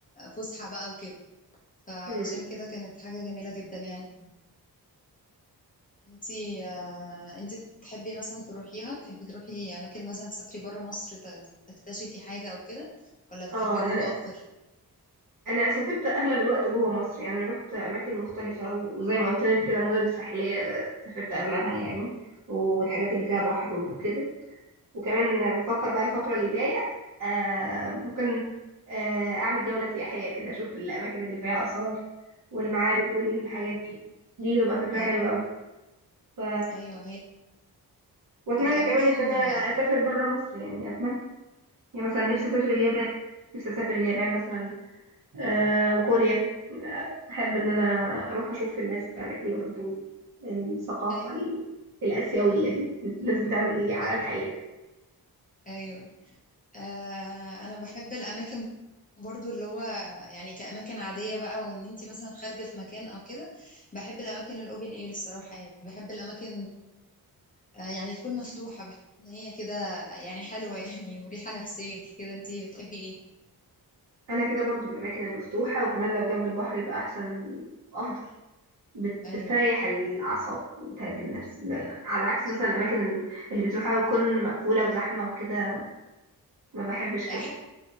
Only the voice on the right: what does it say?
مم.
اه انا
انا سافرت اغلب الوقت جوه مصر يعني رحت اماكن مختلفه وزي ما قلت لك كده مدن ساحليه سافرت اغلبها يعني والحاجات اللي فيها
بحر وكده وكمان بفكر بقى الفترة
اللي جاية آه ممكن آه أعمل جولة سياحية كده أشوف الأماكن اللي فيها آثار والمعابد والحاجات دي دي تبقى فكرة
حلوة أوي ف...
وأتمنى
كمان إن أنا
أسافر برا مصر يعني أتمنى يعني مثلا نفسي أسافر اليابان نفسي أسافر اليابان مثلا آه وكوريا آه، أحب إن أنا أروح أشوف الناس بتعمل إيه وأشوف الثقافة
ال- الآسيوية دي الناس بتعمل إيه على
الحقيقة
انا كده برضو الاماكن المفتوحه وكمان لو جنب البحر يبقى احسن وافضل بت-
بتريح الاعصاب وبتهدي النفس لا، على عكس
مثلا الاماكن ال- اللي بتروحها بتكون مقفوله وزحمه وكده ما بحبش كده